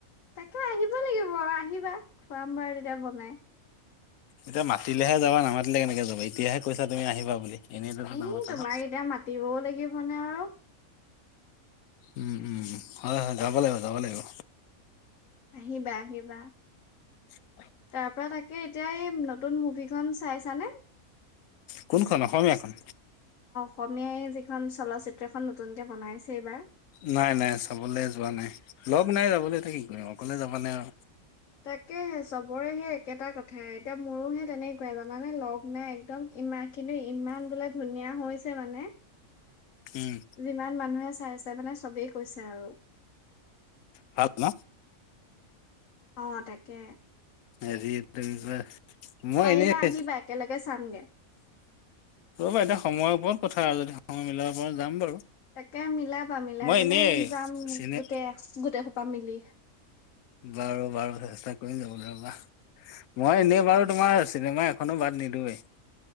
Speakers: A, on the left (about 65°); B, on the left (about 85°).
A: তাকে আহিব লাগিব, আহিবা। খুৱাম বাৰু তেতিয়া বনাই।
B: এতিয়া মাতিলেহে যাবা। নামাতিলে কেনেকে যাবা, এতিয়াহে কৈছা তুমি আহিবা বুলি। এনেইতো
A: এই
B: নামাতা
A: তোমাক
B: ন
A: এতিয়া মাতিবও লাগিবনে আৰু।
B: উম উম। হয় হয়। যাব লাগিব, যাব লাগিব।
A: আহিবা আহিবা।
B: <unintelligible>
A: তাৰ পৰা তাকে এতিয়া এই, নতুন মুভিখন চাইছানে?
B: কোনখন, অসমীয়াখন?
A: অসমীয়াই যিখন চলচ্চিত্ৰখন নতুনকে বনাইছে এইবাৰ।
B: নাই নাই, চাবলৈ যোৱা নাই। ‌ লগ নাই যাবলৈ এতিয়া কি কৰিম, অকলে যাবা নে আৰু।
A: তাকে সেই চবৰে সেই একেটা কথা, এতিয়া মোৰো সেই তেনেকুৱাই জানানে। লগ নাই একদম ইমা কিন্তু, ইমান বোলে ধুনীয়া হৈছে মানে।
B: উম
A: যিমান মানুহে চাইছে- চে মানে চবেই কৈছে আৰু।
B: ভাল ন?
A: অহ তাকে।
B: হেৰি তেনেকুৱা- মই
A: পাৰিলে
B: এনেই,
A: আহিবা একেলগে চামগে
B: ৰবা এতিয়া সময় ওপৰত। কথা যদি সময় মিলাব পাৰো যাম বাৰু।
A: তাকে মিলাবা মিলাই
B: মই
A: পেলাই
B: এনেই
A: যাম
B: চিনে
A: গোটেই গোটেই সোপা। মিলি।
B: বাৰু বাৰু চেষ্টা কৰিম যাবলৈ ৰবা। মই এনেই বাৰু তোমাৰ চিনেমা এখনো বাদ নিদোৱেই।